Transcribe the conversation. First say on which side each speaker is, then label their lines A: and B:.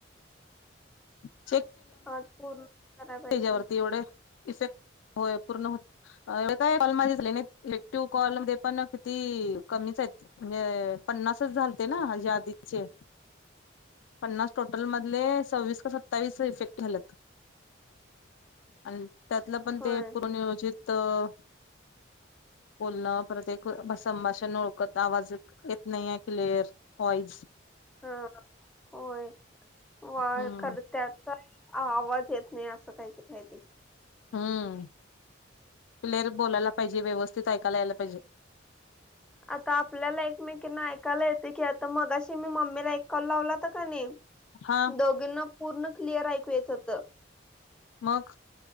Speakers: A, on the left; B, in the centre.
A: हम
B: आज पूर्ण कराय पाहिजे
A: त्याच्यावरती एवढे इफेक्ट हो पूर्ण हो काय एक्टिव कॉलमध्ये पण किती कमीच आहेत म्हणजे पन्नासच झालते नाजे आधीचे पन्नास टोटल मधले सव्वीस का सत्तावीस इफेक्ट झालात आणि त्यातलं पण
B: होय
A: ते पुूर्नियोजित <inaudible> बोलणं परते संभाषण ओळखत आवाज येत नाहीये क्लिअर वॉईज
B: हा होय व
A: हम्म
B: ख त्याचा आवाज येत नाही असं काहीत काहीती
A: हम्म क्लेअर बोलायला पाहिजे व्यवस्थित ऐकायला यायला पाहिजे
B: आता आपल्याला एकमेकीना ऐकायला येतं की आता मगाशी मी मम्मीला एक कॉल लावलाता का नाही
A: हा
B: दोघींना पूर्ण क्लिअर ऐकू येत होत
A: मग